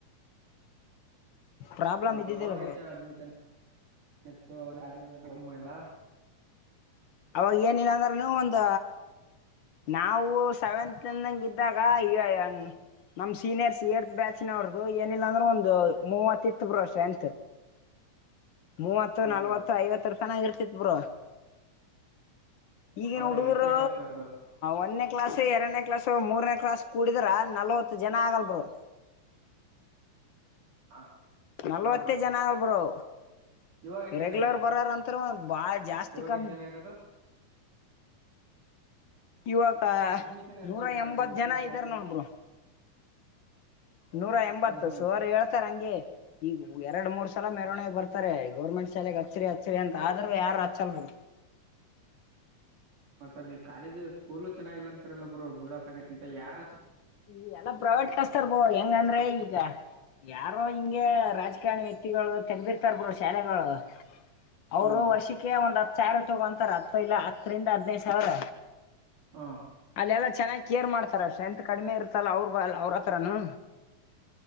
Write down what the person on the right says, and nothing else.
<inaudible>
ಹ ಬ್ರೋ
ಅವಾಗ ಎಷ್ಟು ಜನ ಅಡ್ಮಿಷನ್ <inaudible> ಎಲ್ಲ.
<inaudible>
ಹಾ
ಬ್ರೋ
ಅವ್ರ
ಎಂಟನೇ ಕ್ಲಾಸ್ನವ್ರದ್ದು
ಹಾ
ಬ್ರೋ
ಇವಾಗ ಎಷ್ಟು
ಜನ ಇರೋದು
ಇವಾಗ
ಎಷ್ಟು ಜನ ಇರೋದು
ಅಡ್ಮಿಷನ್ ಎಷ್ಟಿರೋದು
ಎಂಟನೇ
ಕ್ಲಾಸ್
ಹ್ಮ್ ಹ್ಮ್
ಮತ್ತ ಅಲ್ಲಿ ಕಾಲೇಜು ಸ್ಕೂಲು ಚನ್ನಾಗಿಲ್ಲ ಅಂತರಲ್ಲೊಬ್ರು ಬೀಳಕ ಆಗೈತ್ಂತ ಯಾರ
ಹ್ಮ್
ಹ್ಮ್